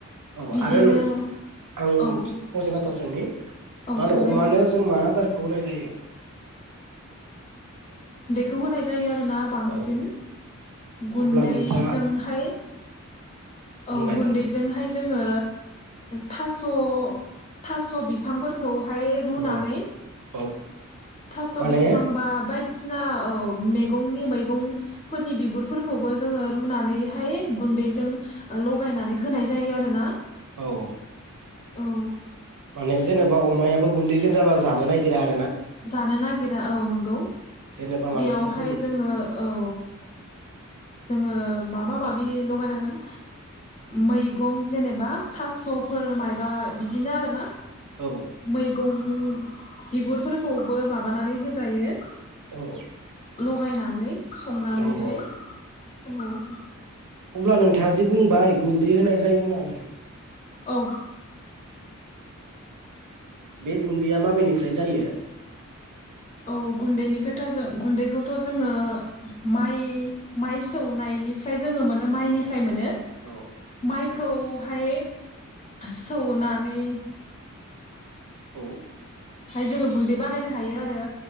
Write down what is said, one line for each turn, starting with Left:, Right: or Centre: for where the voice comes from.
Right: औ
Left: बिदिनो
Right: आरो आं
Left: औ।
Right: फंसे बाथ्रा सोंनि
Left: औ
Right: मा होनो
Left: सोंलाय
Right: अमानो
Left: नोंथां
Right: जों मा आदार खौ होनाय जायो?
Left: खौ होनाय जायो आ रोना बांसिन
Right: औ
Left: गुन्दैजोंहाय।
Right: अब्ला नोंथाङा बुंनाय
Left: औ गुन्दैजोंहाय
Right: बुं
Left: जोङो थास' थास' बिफांफोरखौ ओमफ्राय रुनानै।
Right: औ औ
Left: थास'
Right: माने
Left: बिफां बा बायदिसिना औ मैगंनि मैगं फोरनि बिगुरफोरखौबो जोङो रुनानैहाय गुन्दैजों लगायनानै होनाय जायो आरोना।
Right: औ
Left: औ
Right: माने जेनेबा अमायाबो गुन्दै गोजाबा जानो नागिरा ।
Left: जानो नागिरा औ नोंगौ
Right: जेनेबा मानसिया
Left: बेयावहाय
Right: जेरै
Left: जोङो औ। जोङो माबा माबि लगायनांगोन मैगं जेनेबा थास'फोर माबा बिदिनो आरोना।
Right: औ
Left: मैगं ओम बिगुरफोरखौबो माबानानै होजायो।
Right: औ
Left: बायनानै। संनानैहाय।
Right: औ औ
Left: औ
Right: अब्ला नोंथाङा जे बुंबाय गुन्दै होनाय जायो होननानै
Left: औ।
Right: बे गुन्दैया माबेनिफ्राय जायो?
Left: औ गुन्दैनि खोथा जों गुन्दैखौथ' जोङो माइ माइ सौनायनिफ्राय जोंङो मोनो माइनिफ्राय
Right: औ
Left: मोनो।
Right: औ
Left: माइ खौहाय सौनानै
Right: औ
Left: खौहाय जोंङो गुन्दै बानायनो हायो आरो